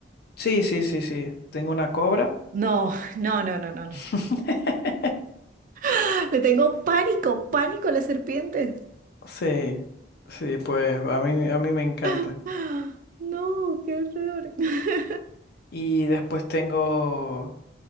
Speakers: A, on the left (about 60°); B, on the right (about 45°).
A: Sí, sí, sí, sí. Tengo una cobra.
B: No, <laughs> no, no, no, no, no.
A: <laughs>
B: <gasps> Le tengo pánico, pánico a las serpientes.
A: Sí, sí, pues a mí, a mí me encantan.
B: <gasps> ¡Ah! No, qué horror. <laughs>
A: Y después tengo